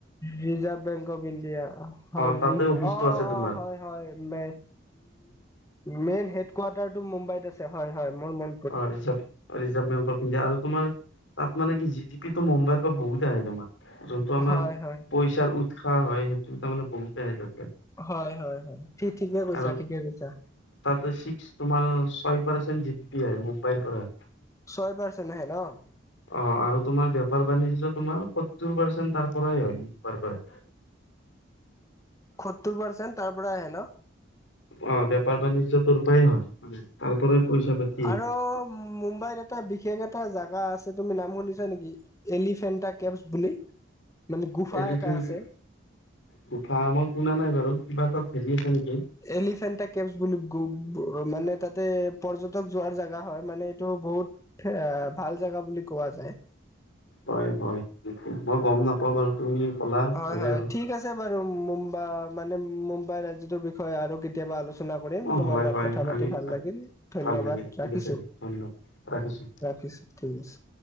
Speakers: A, on the left; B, on the left.
A: ৰিজাৰ্ভ বেংক অফ ইণ্ডিয়া। হয়,
B: অ তাতে
A: <unintelligible>
B: অফিচটো
A: অ'
B: আছে তোমাৰ
A: অ'! হয়। হয়! মে, মেইন <unintelligible> হেড কোৱাৰ্টাৰটো মুম্বাইত আছে। হয়, হয়! মই ম
B: আৰু ৰিজাৰ্ভ আৰু ৰিজাৰ্ভ বেংক অফ ইণ্ডিয়া। আৰু তোমাৰ, তাত মানে কি! জিডিপিটো মুম্বাইৰ পৰা বহুত আহে, তোমাৰ। যোনটো আমাৰ,
A: হয় হয়
B: পইচাৰ উৎস হয়, সেইটো তাৰ মানে, বহুতে আহে।
A: হয়, হয়, হয়! সি ঠিকে কৈছা,
B: আৰু
A: ঠিকে কৈছা।
B: তাতে, ছিক্স তোমাৰ, ছয় পাৰ্চেন্ট জিডিপি আহে, মুম্বাইৰ পৰা।
A: ছয় পাৰ্চেণ্ট আহে ন'?
B: অ'! আৰু তোমাৰ, বেপাৰ-বাণিজ্য তোমাৰ, সত্তৰ পাৰ্চেণ্ট তাৰ পৰাই হয়।
A: সত্তৰ পাৰ্চেণ্ট তাৰপৰা আহে ন'?
B: অ'! বেপাৰ-বাণিজ্য তোৰ পৰাই হয়। <unintelligible> তাৰ পৰাই, পইচা-পাতি
A: আৰু মুম্বাইত এটা, বিশেষ এটা জাগা আছে। তুমি নাম শুনিছা নেকি? এলিফেণ্টা কেভছ বুলি। মানে গুফা
B: এলিফেণ্টা
A: এটা আছে
B: গোফামই শুনা নাই বাৰু কিবা তাত হেৰি আছে নেকি।
A: এলিফেন্টা কেভছ বুলি মানে তাতে পৰ্যটক যোৱাৰ জাগা হয়। মানে এইটো বহুত এ ভাল জেগা বুলি কোৱা যায়।
B: হয়, হয়, মই গ'ম নাপাওঁ বাৰু। তুমি ক'লা
A: হয়,
B: ভালেই
A: হয়,
B: হ'ল
A: ঠিক আছে বাৰু, মুম্বাই মানে মুম্বাই ৰাজ্যটোৰ বিষয়ে আৰু কেতিয়াবা আলোচনা চনা কৰিম,
B: অ
A: তোমাৰ
B: হয়
A: লগত
B: হয়
A: কথা পাতি
B: আমি
A: ভাল লাগিল ধন্যবাদ
B: ভাল লাগিল ঠিক
A: ৰাখিছো
B: আছে ধন্যবাদ ৰাখিছোঁ
A: ৰাখিছো। ঠিক আছে।